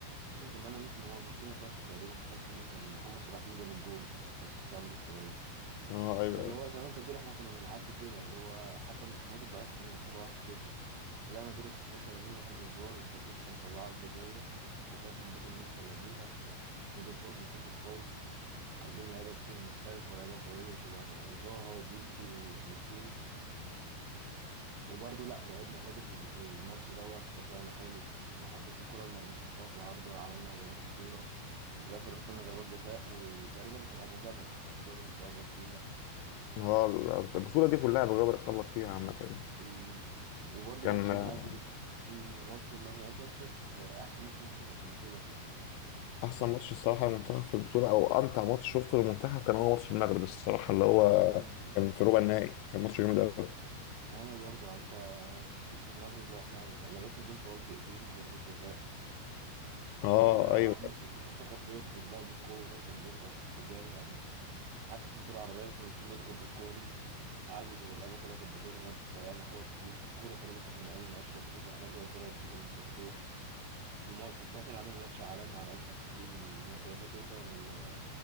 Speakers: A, on the right; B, on the left.
A: مش فاكر كمان مين في مجموعة بوركينا فاسو تقريبا مش عارف مين كان محمد صلاح اللي جاب الجول اسيست عمرو السولية
B: اه ايوه
A: فاللي
B: ايوه
A: هو زي ما انت بتقول احنا كنا بنعدي كده اللي هو حتى المنتخبات الضعيفه كنا بنكسبها 1-0 طلعنا دور ال 16 قابلنا كوت ديفوار اللي كانت لسه مطلعه الجزائر الجزائر كان بطل النسخه اللي قبليها كوت ديفوار منتخب قوي عندهم لعيبة كتير محترفة ولاعيبة قوية شبه زاها وبيبي وكيسيه وبرضه لأ لعبنا حلو في البطولة الماتش دوت دافعنا حلو وحتى في الكرة المرموش حطها في العارضة عملنا هجمات خطيرة وفي الآخر وصلنا ضربات جزاء وتقريبا كان أبو جبل أبو جبل اللي تألق فيها
B: هو البطوله دي كلها بجد بتألق فيها عامه يعني
A: أمم. وبرضه
B: كان
A: ماتش المغرب
B: آه،
A: أمم، وماتش المغرب يعني أنت بس شايف أحسن ماتش منتخب في البطولة
B: احسن ماتش الصراحه للمنتخب في البطوله او امتع ماتش شفته للمنتخب كان هو ماتش المغرب الصراحه اللي هو
A: أمم.
B: كان في ربع النهائي كان ماتش جامد قوي
A: وأنا برضه يعني أنت شفت المغرب لو إحنا لبسنا جون في أول دقيقتين ضربة جزاء
B: اه
A: ما ده
B: ايوه
A: أول مرة أشوف المنتخب بيضغط بقى بالقوة ده كان بيضغط جامد يعني حتى في البطولة العربية ما كناش بنضغط بالقوة دي قعدوا يضغطوا اللعيبة كلها كانت بتضغط ضيعنا كور كتير في كورة تقريبا كانت من أيمن أشرف شوطة حلوة وكورة من شوطة من فتوح وما فتوح كان عامل ماتش عالمي على أشرف حكيمي الماتش ده فاكر أنت ال-